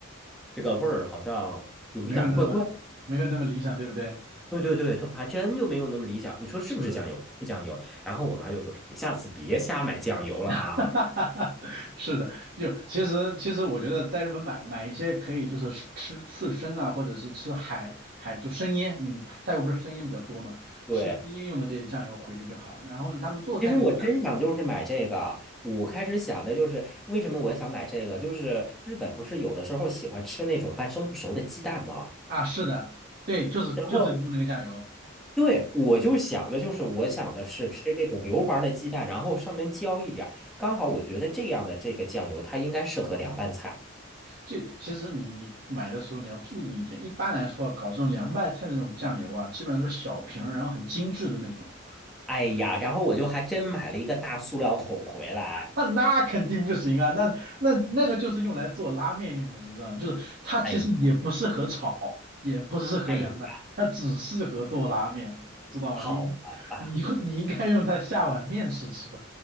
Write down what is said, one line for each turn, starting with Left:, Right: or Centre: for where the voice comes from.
Centre: 这个味儿好像有一点儿怪怪。
Right: 没有那么没有那么理想，对不对？
Centre: 对对对，这还真就没有那么理想。你说是不是酱油？
Right: 是的，
Centre: 是酱油。然后我妈就说：“你下次别瞎买酱油了啊。”
Right: <laughs> 哈哈哈是的，就其实其实我觉得在日本买买一些可以就是吃刺身啊，或者是吃海海就生腌，你们泰国不是生腌比较多嘛，
Centre: 对，
Right: 吃生腌用的这些酱油回去就好。然后呢，他们做菜那个酱
Centre: 其实我真想就是买这个。我开始想的就是为什么我想买这个，就是日本不是有的时候喜欢吃那种半生不熟的鸡蛋吗？
Right: 啊，是的，对，就是就是用那个酱油。
Centre: 然后对，我就想的就是我想的是吃这种硫磺的鸡蛋，然后上面浇一点儿刚好我觉得这样的这个酱油它应该适合凉拌菜。
Right: 就其实你你买的时候你要注意一点，一般来说啊搞这种凉拌菜的那种酱油啊，基本上都是小瓶儿，然后很精致的那种。
Centre: 哎呀，然后我就还真买了一个大塑料桶回来。
Right: 那那肯定不行啊，那那那个就是用来做拉面用的，你知道吗？就是它其实也不适合炒，
Centre: 哎
Right: 也不适合凉拌，
Centre: 哎呀，
Right: 它只适合做拉面，知道吗？
Centre: 好吧吧，
Right: 你你你应该用它下碗面吃吃，